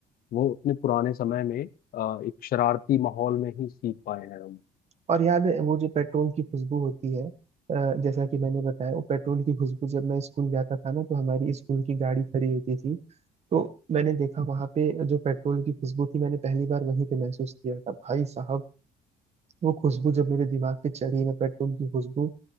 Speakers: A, on the left; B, on the right.
A: वो अपने पुराने समय में अ, एक शरारती माहौल में ही सीख पाए हैं हम
B: और याद है वो जो पेट्रोल की खुशबू होती है अ, जैसा कि मैंने बताया वो पेट्रोल की खुशबू जब मैं स्कूल जाता था ना तो हमारी स्कूल की गाड़ी खड़ी होती थी तो मैंने देखा वहां पे जो पेट्रोल की खुशबू थी मैंने पहली बार वहीं पे महसूस किया था भाई साहब वो खुशबू जब मेरे दिमाग पे चढ़ी ना पेट्रोल की खुशबू